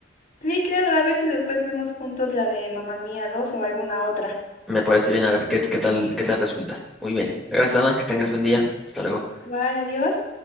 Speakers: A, on the left; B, in the centre.
A: Sí, claro, a ver si después vemos juntos la de Mamma Mía dos o alguna otra.
B: Me parece bien, a ver qué, qué tal, qué tal resulta. Muy bien. Gracias, Ana, que tengas buen día. Hasta luego.
A: Igual, adiós.